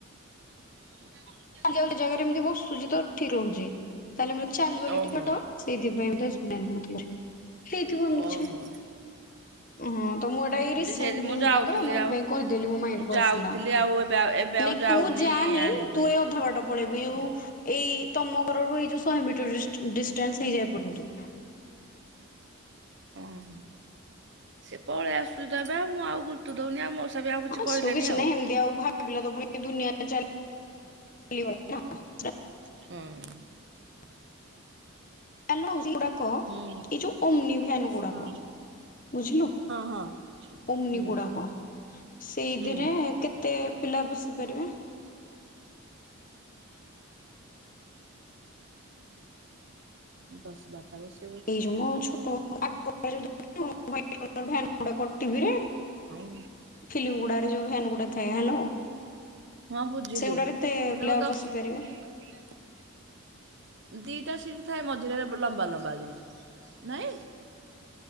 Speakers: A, on the right; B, on the left.
A: ହ <unintelligible>
B: ଯୋଉ ଜାଗାରେ ଏମିତି ବସୁଛି ତ ଠିକ୍ ରହୁଛି। ତାହେଲେ ମୁଁ ଚାଲିଗଲି
A: ଓହୋ
B: ଟିକେ ଟ ସେଇଥିପାଇଁ ମତେ ଶୁଣାଣି ହେଇଥିବ ମିଛ।
A: ଓହୋ
B: ହଁ ତ ମୁଁ ଏଟା ଏଇ ରିସେଣ୍ଟ
A: ଯେ ସେ ମୁଁ
B: ନିଉଜ୍
A: ଯାଉଥିଲି
B: ଟାତ ମୁଁ ଏଥିପାଇଁ
A: ଆଉ
B: କହିଦେଲି ମୋ ମାଇଣ୍ଡ କୁ
A: ଯାଉଥିଲି
B: ଆସିଲା।
A: ଆଉ ଏବେ ଆଉ ଏବେ ଆଉ
B: ନାଇଁ
A: ଯାଉନି
B: ତୁ ଯାନି
A: ଆଣିବା ପାଇଁ
B: ତୁ ଏ ଅଧା ବାଟ ପଳେଇବୁୁ ଏଉ ଏଇ ତମ ଘର ର ଏଇ ଯୋଉ ଶହେ ମିଟର ଡିଷ୍ଟ- ଡିଷ୍ଟାନ୍ସ ହେଇଯାଇ ପୂର୍ବରୁ
A: ଓହୋ। ସେ ପଳେଇ ଆସୁ ତ ଏବା ମୁଁ ଆଉ ଗୁରୁତ ଦଉନି ଆମ ଆଉ କିଛି
B: ଆସୁ
A: କହିଲେନି ଆଉ
B: ନାହିଁ ଏମିତି ଭାବିଲେ ତ ପୁଣି ଦୁନିଆ ଟା ଚାଲି <unintelligible>
A: ହୁଁ।
B: <unintelligible> କହ
A: ହୁଁ
B: ଏଇ ଯୋଉ ଅମନି ଭିୟାନ୍ ଗୁଡାକ
A: ହଁ
B: ବୁଝିଲୁ
A: ହଁ ହଁ
B: ଉମିନି
A: ହୁଁ
B: ଗୁଡାକ, ସେଇଥିରେ
A: ହୁଁ
B: କେତେ ପିଲା ବସି ପାରିବେ?
A: ଦଶ ବାରଟା ବସେ
B: <unintelligible>
A: ହଉ।
B: ଫିଲ୍ମ ଗୁଡାରେ ଯୋଉ ଫ୍ୟାନ୍ ଗୁଡା ଥାଏ। ହାଲୋ।
A: ହଁ ବୁଝିଲି
B: ସେଗୁଡାରେ ତେ-
A: ଏଟା
B: ପିଲା
A: ବ ଦଶ
B: ବସି ପାରିବେ?
A: <unintelligible> ଦିଇଟା ସିଟ୍ ଥାଏ ମଝିରେରେ ଲମ୍ବା ଲମ୍ବା ଗିରି, ନାଇଁ।